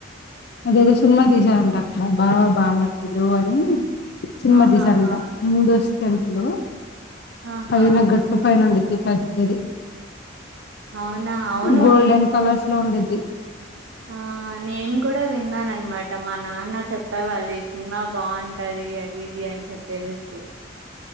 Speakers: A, on the left; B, on the right.
A: అదేదో సినిమా తీసారంట అక్కడ బావ బామర్దులు అని సినిమా
B: ఆహాహా
A: తీశారంట టెంపుల్ లో
B: ఆహా
A: పైన గట్టు పైన ఉండి పెద్దది
B: అవునా అవును
A: గోల్డెన్
B: నే
A: కలర్స్ లో ఉండిద్ది
B: ఆ నేను కూడా విన్నాన అన్నమాట మా నాన్న చెప్పేవాళ్ళు ఈ సినిమా బాగుంటది అది ఇది ఏం తేజస్వి